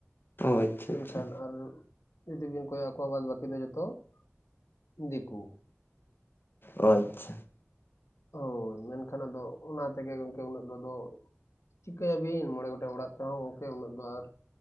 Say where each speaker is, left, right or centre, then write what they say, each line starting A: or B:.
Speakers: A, on the left; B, on the left.
A: ᱚ ᱟᱪᱪᱷᱟ
B: ᱢᱮᱱᱠᱷᱟᱱ
A: ᱟᱪᱪᱷᱟ
B: ᱟᱨ ᱡᱩᱫᱤ ᱵᱤᱱ ᱠᱚᱭᱚᱜ ᱟᱠᱚᱣᱟ ᱵᱟᱫᱽ ᱵᱟᱹᱠᱤ ᱫᱚ ᱡᱚᱛᱚ <inaudible> ᱫᱤᱠᱩ
A: ᱚ ᱟᱪᱪᱷᱟ ᱾
B: ᱦᱳᱭ ᱢᱮᱱᱠᱷᱟᱱ ᱟᱫᱚ ᱚᱱᱟ ᱛᱮᱜᱮ ᱜᱚᱢᱠᱮ ᱩᱱᱟᱹᱜ ᱫᱚ ᱪᱤᱠᱟᱹᱭᱟ ᱵᱤᱱ ᱢᱚᱬᱮ ᱜᱚᱴᱮᱡ ᱚᱲᱟᱜ ᱛᱮᱦᱚᱸ ᱜᱚᱝᱠᱮ ᱩᱱᱟᱹᱜ ᱫᱚ ᱟᱨ